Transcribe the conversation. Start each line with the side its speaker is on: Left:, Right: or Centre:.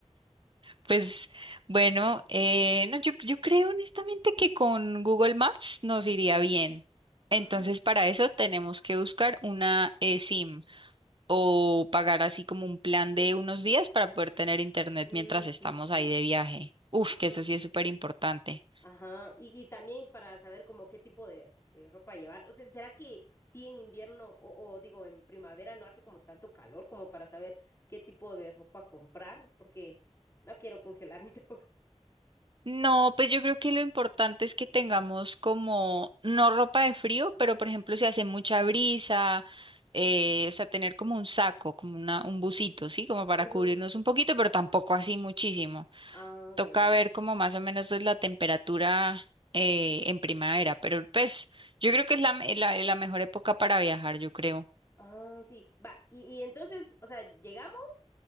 Right: Pues bueno, eh, no, yo, yo creo honestamente que con Google Maps nos iría bien.
Left: Mm,
Right: Entonces, para eso tenemos que buscar una eh, SIM o
Left: sí.
Right: pagar así como un plan de unos días para poder tener internet
Left: Mm,
Right: mientras estamos
Left: sí, sí, sí.
Right: ahí de viaje. Uf,
Left: Mm,
Right: que eso sí es súper importante.
Left: ajá. Y, y también para saber como qué tipo de, de ropa llevar. O sea, ¿será que sí en invierno o, o digo en primavera no hace como tanto calor como para saber qué tipo de ropa comprar? Porque no quiero congelar mi <laughs>
Right: No, pues yo creo que lo importante es que tengamos como, no ropa de frío, pero por ejemplo si hace mucha brisa, eh, o sea, tener como un saco, como una, un busito, ¿sí? Como para
Left: Ujú.
Right: cubrirnos un poquito, pero tampoco así muchísimo.
Left: Ah,
Right: Toca
Left: ya, ya,
Right: ver
Left: ya.
Right: como más o menos es la temperatura eh, en primavera, pero pues yo creo que es la, me- la, la mejor época para viajar, yo creo.
Left: Ah, sí. Va, y, y entonces, o sea, llegamos,